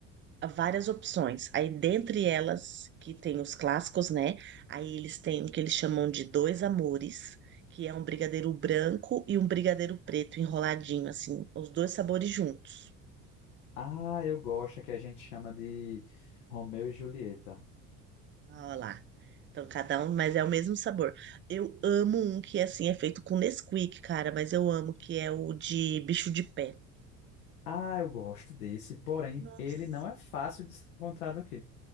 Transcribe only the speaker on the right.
várias opções. Aí, dentre elas, que tem os clássicos, né? Aí eles têm o que eles chamam de dois amores, que é um brigadeiro branco e um brigadeiro preto enroladinho, assim, os dois sabores juntos.
Olha lá. Então, cada um, mas é o mesmo sabor. Eu amo um que, assim, é feito com Nesquik, cara, mas eu amo, que é o de bicho de pé.
Nossa.